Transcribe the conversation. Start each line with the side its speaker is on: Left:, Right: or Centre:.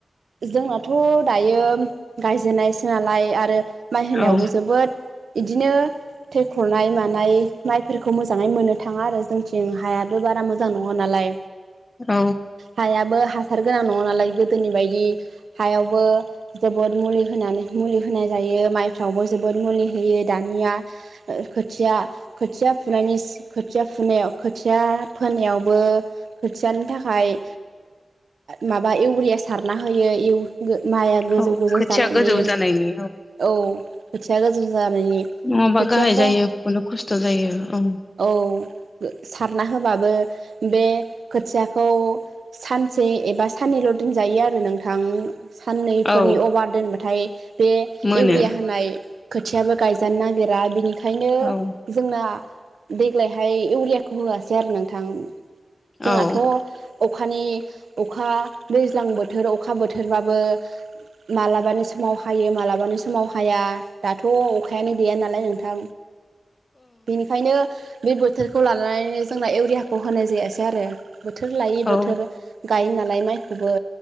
Right: जोंनाथ' दायो गायजेननाय सोनलाय आरो माइ होनायावबो
Left: औ
Right: जोबोद। इदिनो थैखरनाय मानाय माइफोरखौ मोजाङै मोननो थाङा आरो जों थं हायाबो बारा मोजां नङा नालाय
Left: औ
Right: हायाबो हासार गोनां नङा नालाय गोदोनि बायदि हायावबो जोबोद मुलि होनानै। मुलि होनाय जायो माइफ्रावबो जोबोद मुलि होयो दानिया। खया खथिया फुनायनि खथिया फुनायाव खोथिया फोनायाव। बो खोथियानि थाखाय माबा इउरिया सारना होयो। माइआ गोजौ
Left: औ
Right: गोजौ
Left: खोथिया
Right: जानायनि
Left: गोजौ जानायनि
Right: औ खोथिया गोजौ जानायनि।
Left: नङाबा
Right: खोथियाखौ
Left: गाहाय जायो खुनु खस्थ' जायो औ।
Right: औ सारना होबाबो। बे खोथियाखौ सानसे एबा साननैल' दोनजायो आरो नोंथां। साननैफोरनि
Left: औ
Right: अभार दोनबाथाय बे
Left: मोनो
Right: इउरिया होनाय। खोथियाबो गायजानो नागिरा बिनिखायनो
Left: औ
Right: जोंना देग्लायहाय इउरियाखौ होआसै आरो नोंथां। जोंनाथ'
Left: औ
Right: अखानि अखा दैज्लां बोथोर अखा बोथोरबाबो मालाबानि समाव हायो मालाबानि समाव हाया दाथ' अखायानो गैया नालाय नोंथां। बेनिखायनो बे बोथोरखौ लानानैनो जोंना इउरियाखौ होनाय जायासै आरो। बोथोर लायै
Left: औ
Right: बोथोर गायो नालाय माइखौबो